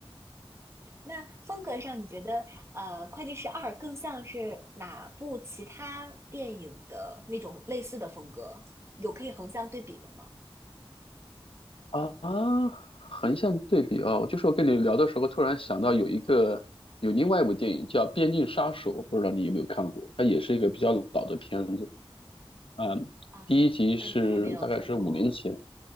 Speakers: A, on the right; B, on the left.
A: 那风格上，你觉得呃，《会计师二》更像是哪部其他电影的那种类似的风格？有可以横向对比的吗？
B: 啊，横向对比啊，就是我跟你聊的时候，突然想到有一个有另外一部电影叫《边境杀手》，不知道你有没有看过？它也是一个比较老的片子啊，
A: 啊，
B: 第一集是大概是五年前，
A: 还还没有看过。